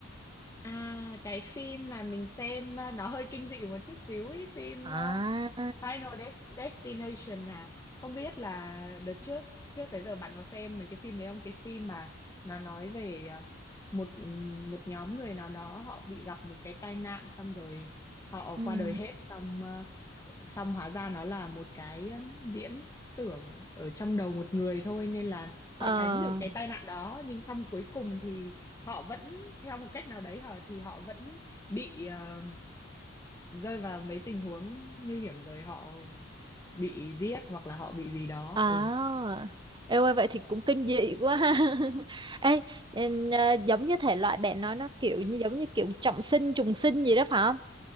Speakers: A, on the left; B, on the right.
A: À cái phim mà mình xem ờ, nó hơi kinh dị một chút xíu ấy, phim
B: À,
A: ờ, Final Des- Destination à. Không biết là đợt trước trước tới giờ bạn có xem mấy cái phim đấy không? Cái phim mà nó nói về ờ, một một nhóm người nào đó họ bị gặp một cái tai nạn xong rồi họ
B: ừ.
A: qua đời hết xong ờ, xong hóa ra nó là một cái ờ, viễn tưởng ở trong đầu một người thôi nên là
B: Ờ,
A: họ tránh được cái tai nạn đó nhưng xong cuối cùng thì họ vẫn theo một cách nào đấy hả thì họ vẫn bị ờ, rơi vào mấy tình huống nguy hiểm rồi họ bị giết hoặc là họ bị gì đó
B: à.
A: ừ
B: Ê ơi, vậy thì cũng kinh dị quá ha. <laughs> Ê, em, ờ, giống như thể loại bạn nói nó kiểu như giống như kiểu trọng sinh trùng sinh gì đó phải không?